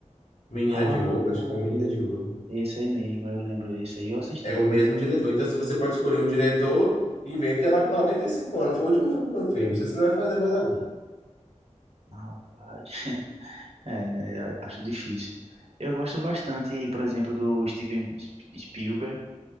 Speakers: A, on the left; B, on the right.
A: Menina
B: Ah,
A: de Ouro, acho que foi Menina
B: sei.
A: de Ouro.
B: Esse aí mesmo, eu lembro. Esse aí eu assisti.
A: É o mesmo diretor. Então, se você pode escolher um diretor e ver, ele já tá com 95 anos. Foi o último filme que eu fiz. Não sei se ele vai fazer mais algum.
B: Rapaz. <laughs> É, né? Acho difícil. Eu gosto bastante, por exemplo, do Steven Sp- Spielberg.